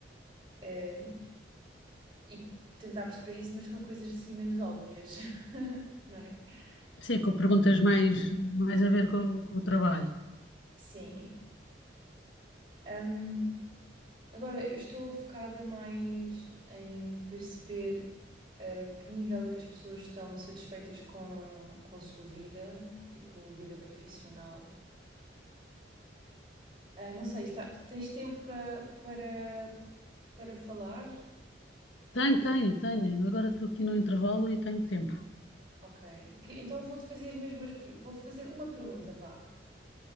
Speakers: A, on the right (about 25°); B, on the left (about 80°).
A: Eh, e tentar perceber isso, mas com coisas assim menos óbvias, <laughs> não é?
B: Sim,
A: Porque,
B: com perguntas mais, mais a ver com, com o trabalho.
A: sim. Ahm, agora, eu estou focada mais em perceber a que nível é que as pessoas estão satisfeitas com, com a sua vida, tipo, vida profissional. Ah, não sei, está- tens tempo para para para falar?
B: Tenho,
A: Oh,
B: tenho, tenho. Eu Agora estou aqui no intervalo e tenho tempo.
A: ok. Que- Então vou-te fazer as mesmas, per- vou fazer uma pergunta, vá,